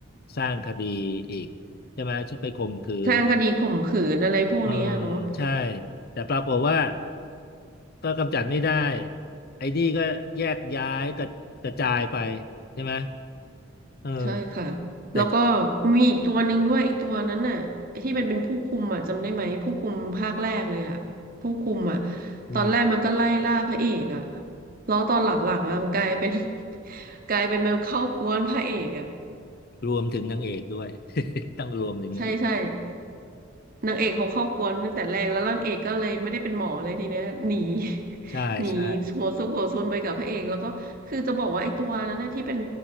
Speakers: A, on the left (about 50°); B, on the right (about 45°).
A: สร้างคดีอีกใช่ไหมชอบไปข่มขืน
B: แทางคดีข่มขืนอะไรพวกนี้อะเนาะ
A: เออใช่แต่ปรากฏว่าก็กำจัดไม่ได้ไอ้นี่ก็แยกย้ายกระกระจายไปใช่ไหมเออ
B: ใช่ค่ะ
A: แต่
B: แล้วก็มีอีกตัวหนึ่งด้วยไอ้ตัวนั้นน่ะไอ้ที่เป็นเป็นผู้คุมอ่ะจำได้ไหมผู้คุมภาคแรกเลยอ่ะผู้คุมอ่ะ
A: อืม
B: ตอนแรกมันก็ไล่ล่าพระเอกอ่ะแล้วตอนหลังๆอ่ะมันกลายเป็น <laughs> กลายเป็นมาเข้ากวนพระเอกอ่ะ
A: รวมถึงนางเอกด้วย <laughs> ต้องรวมถึงนางเอก
B: ใช่ใช่ นางเอกเขาเข้ากวนตั้งแต่แรกแล้วนางเอกก็เลยไม่ได้เป็นหมอเลยทีเนี้ยหนี <laughs>
A: ใช่ใช่
B: หนีหัวซุกหัวซนไปกับพระเอกแล้วก็คือจะบอกว่าไอ้ตัวนั้นนะที่เป็น